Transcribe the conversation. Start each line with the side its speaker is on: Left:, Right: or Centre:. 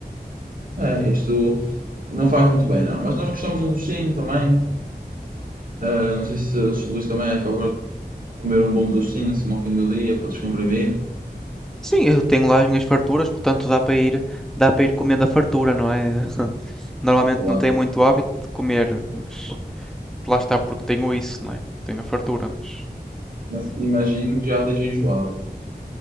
Right: É, isto não faz muito bem, não. Mas nós gostamos de um docinho também. Ah, não sei se, se o Luís também é a favor de comer um bom docinho assim ao fim do dia para descomprimir.
Centre: Sim, eu tenho lá as minhas farturas, portanto dá para ir, dá para ir comendo a fartura, não é? <laughs> Normalmente
Right: Sei lá.
Centre: não tenho muito hábito de comer, mas lá está porque tenho isso, não é? Porque tenho a fartura, mas.
Right: Mas imagino que já esteja enjoado até.